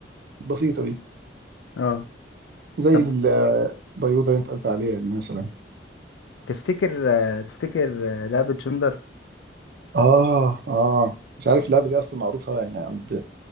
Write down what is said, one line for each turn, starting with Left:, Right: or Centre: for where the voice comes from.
Right: البسيطه دي
Left: اه
Right: زي
Left: طب
Right: البيوضه اللي انت قلت عليها دي مثلا
Left: تفتكر آه، تفتكر آه، لعبة جندر
Right: اه اه مش عارف اللعبه دي اصلا معروفه يعني عند